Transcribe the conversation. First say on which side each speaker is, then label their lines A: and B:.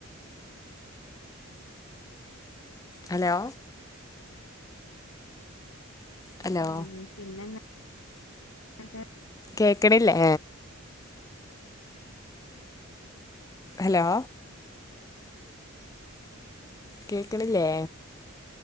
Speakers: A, on the left; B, on the left.
A: ഹലോ ഹലോ
B: ഉം പിന്നെന്നാ മറ്റേ
A: കേക്കണില്ലേ ഹലോ കേക്കണില്ലേ